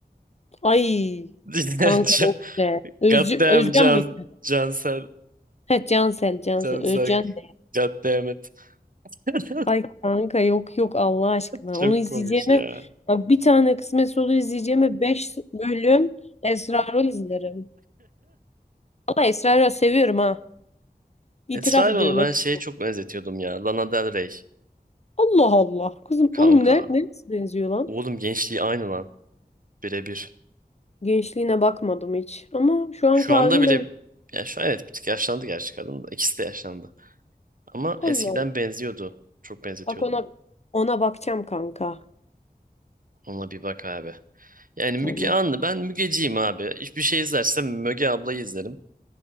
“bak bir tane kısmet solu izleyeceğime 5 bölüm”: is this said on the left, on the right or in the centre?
Left